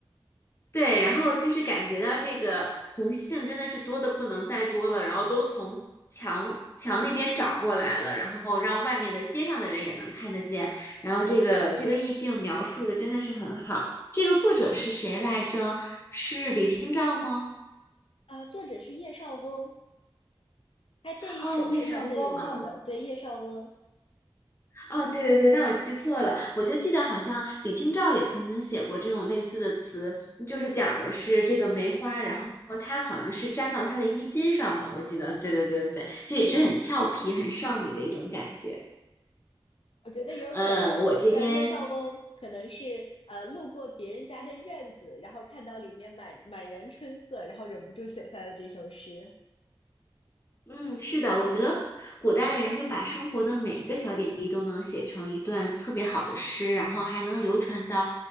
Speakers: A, on the left; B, on the left.
A: 对，然后就是感觉到这个红杏真的是多的不能再多了，然后都从墙墙那边找过来了，然后让外面的街上的人也能看得见，然后这个这个意境描述的真的是很好。这个作者是谁来着？是李清照吗？
B: 啊。作者是叶绍翁，他这一首是他最有名的，
A: 哦，叶绍翁哦，
B: 对，叶绍翁。
A: 哦，对对对，那我记错了，我就记得好像李清照也曾经写过这种类似的词，就是讲的是这个梅花，然后它好像是粘到她的衣襟上了，我记得，对对对对对，就也是很俏皮、很少女的一种感觉。
B: 我觉得有可能，
A: 嗯，我这边，
B: 像叶绍翁，可能是呃路过别人家的院子，然后看到里面满满园春色，然后忍不住写下了这首诗。
A: 嗯，是的，我觉得古代人就把生活的每一个小点滴都能写成一段特别好的诗，然后还能流传到